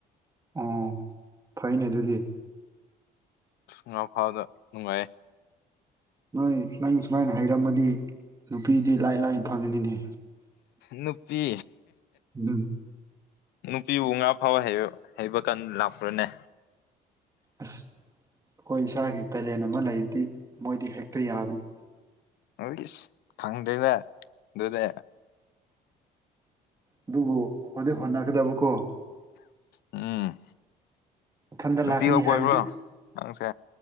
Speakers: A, on the right (about 20°); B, on the left (about 75°).
A: ꯑꯣ ꯐꯩꯅꯦ ꯑꯗꯨꯗꯤ
B: ꯉꯥ ꯐꯥꯎꯕꯗ ꯅꯨꯡꯉꯥꯏꯌꯦ
A: ꯅꯣꯏ ꯅꯪ ꯁꯨꯃꯥꯏꯅ ꯍꯩꯔꯝꯃꯗꯤ ꯅꯨꯄꯤꯗꯤ ꯂꯥꯏ ꯂꯥꯏꯅ ꯐꯪꯉꯅꯤꯅꯦ
B: ꯅꯨꯄꯤ
A: ꯎꯝ
B: ꯅꯨꯄꯤꯕꯨ ꯉꯥ ꯐꯥꯎꯕ ꯍꯩꯕ ꯀꯥꯟ ꯂꯥꯛꯄ꯭ꯔꯅꯦ
A: ꯑꯁ ꯑꯩꯈꯣꯏ ꯏꯁꯥꯒꯤ ꯇꯦꯂꯦꯟ ꯑꯃ ꯂꯩꯔꯤꯗꯤ ꯃꯣꯏꯗꯤ ꯍꯦꯛꯇ ꯌꯥꯕꯅꯤ
B: ꯒꯤꯁ ꯐꯪꯗ꯭ꯔꯔꯤꯗ ꯑꯗꯨꯗꯤ
A: ꯑꯗꯨꯕꯨ ꯍꯩ ꯍꯣꯠꯅꯒꯗꯕꯀꯣ
B: ꯎꯝ
A: ꯃꯊꯟꯇ
B: ꯅꯨꯄꯤꯒ
A: ꯂꯥꯛꯀꯅꯤ
B: ꯀꯣꯏꯕ꯭ꯔꯣ
A: ꯍꯥꯏꯕꯗꯤ
B: ꯅꯪꯁꯦ